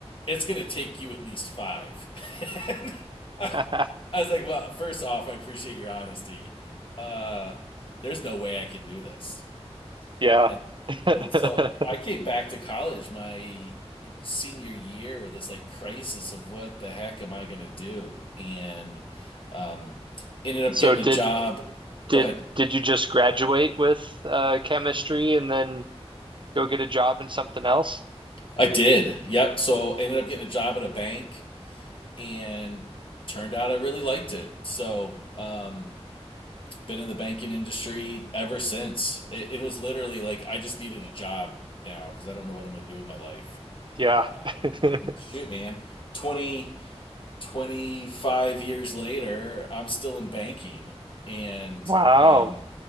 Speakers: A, on the left; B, on the right.
A: It's going to take you at least five. <laughs> And I
B: <laughs>
A: I was like, well, first off, I appreciate your honesty. Uh, there's no way I can do this.
B: Yeah.
A: And,
B: <laughs>
A: and so I came back to college my senior year with this like crisis of what the heck am I going to do? And um, ended up
B: So
A: getting
B: did
A: a job.
B: did
A: Go ahead.
B: did you just graduate with uh, chemistry and then go get a job in something else?
A: I did. Yep. So ended up getting a job at a bank and turned out I really liked it. So, um, been in the banking industry ever since. It, it was literally like I just needed a job now because I don't know what I'm going to do with my life.
B: Yeah.
A: Um,
B: <laughs>
A: and shoot, man, 20, 25 years later, I'm still in banking. And
B: Wow.
A: um,